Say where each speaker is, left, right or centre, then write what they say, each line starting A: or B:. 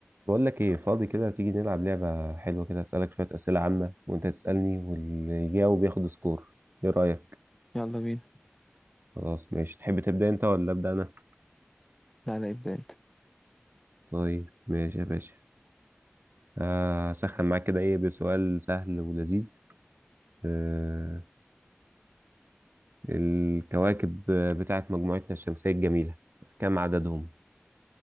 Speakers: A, on the right; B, in the centre.
A: بقول لك ايه فاضي كده تيجي نلعب لعبة حلوة كده اسألك شوية أسئلة عامة وانت تسألني واللي يجاوب ياخد سكور ايه رأيك
B: يلا بينا
A: خلاص ماشي تحب تبدأ انت ولا أبدأ انا
B: لا لا ابدأ انت
A: طيب ماشي يا باشا آه، اسخن معاك كده ايه بسؤال سهل ولذيذ آه الكواكب بتاعت مجموعتنا الشمسية الجميلة كم عددهم